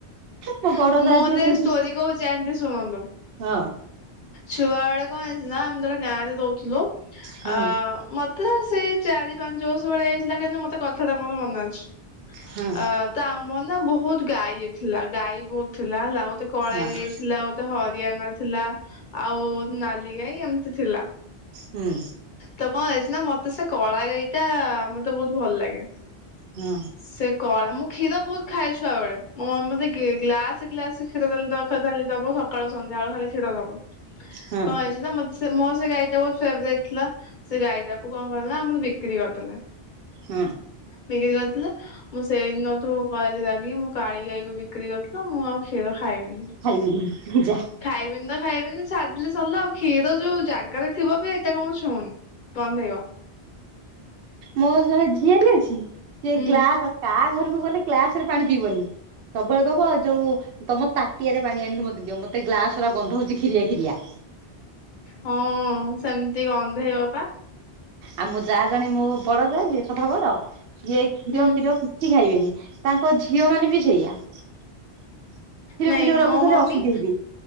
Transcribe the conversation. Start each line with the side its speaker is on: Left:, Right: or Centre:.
Right: ମୋ
Left: ହୁଁ
Right: ବଡ ଯା
Left: ମୁଁ
Right: ଯିଏ
Left: ତେ
Right: ସେମିତି
Left: ଷ୍ଟୋରି କହୁଛି <unintelligible> ଶୁଣନ୍ତୁ
Right: ହଁ
Left: ଛୁଆ ବେଳେ କଣ ହେଇଛି ନା ଆମେ ଯେତେବେଳେ ଗାଁ ରେ ଦଉଥିଲୁ
Right: ହଁ
Left: ଆ ମତେ ସେଇ ଚାରି ପାଞ୍ଚ ବର୍ଷ ଭେଳିଆ ହେଇଥିଲା କିନ୍ତୁ ମତେ କଥାଟା ମୋର ମନେ ଅଛି।
Right: ହୁଁ
Left: ଅ ତ ଆମର ନା ବହୁତ ଗାଈ ଥିଲା ଗାଈ ବହୁତ ଥିଲା ହେଲା ମତେ କଳା
Right: ହଁ
Left: ଗଈ ଥି ଥିଲା ଗୋତେ ହରିୟାଣା ଥିଲା ଆଉ ନାଲିଗାଈ ଏମିତି ଥିଲା
Right: ହୁଁ
Left: ତ କଣ ହେଇଛି ନା ମତେ ସେ କଳା ଗାଈ ଟା ମତେ ବହୁତ ଭଲ ଲାଗେ।
Right: ହଁ
Left: ସେ କଳା ମୁଁ କ୍ଷୀର ବହୁତ୍ ଖାଇଛୁଆ ବେଳେ ମୋ ମମି ମତେ ଗି-ଗା-ଗ୍ଲାସେ ଗ୍ଲସେ କ୍ଷୀରଦେଲି ଦବ ସକାଳୁ ସନ୍ଧ୍ୟାବେଳୁ ଖାଲୁ କ୍ଷୀର ଦବ
Right: ହଁ
Left: କଣ ହେଇଛି ତ ମତେ ସେ ମୋର ସେ ଗାଈଟା ବହୁତ ଫେବରାଇଟ୍ ଥିଲା ସେ ଗାଈଟାକୁ କଣ କଲେ ନା ଆମର ବିକ୍ରି କରିଦେଲେ।
Right: ହୁଁ।
Left: ବିକ୍ରି କରିଦେଲେ ମୁଁ ସେଇଦିନଠୁ କ ଲଗି ମୁଁ କାଳି ଗାଈକୁ ବିକ୍ରି କରିଦେଲ ମୁଁ ଆଉ କ୍ଷୀର ଖାଇବିନି
Right: ଖାଇବିନି ଯା
Left: ଖାଇବିନି ତ ଖାଇବିନି ଛାଡ଼ିଦେଲି ସରିଲା ଆଉ କ୍ଷୀର ଯୋଉ ଜାଗାରେ ଥିବ ବି ଏତେ କ ମୁଁ ଛୁଉନି ଗନ୍ଧେଇବ
Right: ମୋର ଜଣେ ଝିଆରି ଅଛି, ସେ
Left: ହୁଁ
Right: ଗ୍ଲାସ ତା ଘରକୁ ଗଲେ କ୍ଲାସ ରେ ପାଣି ପିଇବନି ସବୁବେଳେ କହିବ ଯୋଉ ତମ ତାଟିଆରେ ପାଣି ଆଣିକି ମତେ ଦିଅ ମତେ ଗ୍ଲାସ୍ ର ଗନ୍ଧ ହଉଛି ଖିରିଆ ଖିରିଆ।
Left: ହଁ ସେମିତି ଗନ୍ଧେଇବ ପା।
Right: ଆଉ ମୋ ଜା ଜଣେ ମୋ ବଡ ଜା ଯିଏ ସଭା ବଡ଼ ସିଏ କ୍ଷୀର
Left: ହୁଁ।
Right: ଫିର କିଛି ଖାଇବେନି ତାଙ୍କ ଝିଅ ମାନେ ବି ସେଇଆ। କ୍ଷୀର
Left: ନାଇଁ
Right: ଫିର
Left: ମୋ
Right: ରକୁ ଖାଲି
Left: ମମି
Right: <unintelligible>